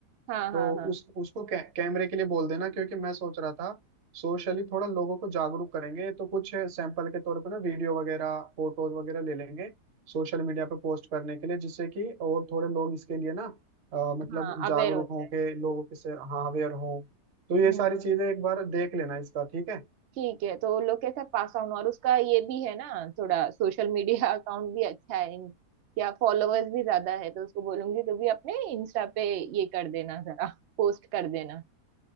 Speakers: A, on the right; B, on the right.
A: हाँ हाँ
B: तो
A: हाँ
B: उस उसको कै, कैमरे के लिए बोल देना क्योंकि मैं सोच रहा था सोशली थोड़ा लोगों को जागरूक करेंगे तो कुछ सैंपल के तौर पे ना वीडियो वगैरह फोटोज वगैरह ले लेंगे सोशल मीडिया पे पोस्ट करने के लिए जिससे कि और थोड़े लोग इसके लिए ना अ, मतलब
A: हाँ अवेयर
B: जागरूक
A: होता
B: हों के लोगों के से हाँ अवेयर हों तो ये
A: है
B: सारी चीजें एक बार देख लेना इसका ठीक है
A: ठीक है तो वो लोग कैसा पास ऑन और उसका ये भी है ना थोड़ा सोशल मीडिया अकाउंट <laughs> भी अच्छा है इन- या फॉलोअर्स भी ज्यादा है तो उसको बोलूंगी तो भी अपने इंस्टा पे ये कर देना जरा पोस्ट कर देना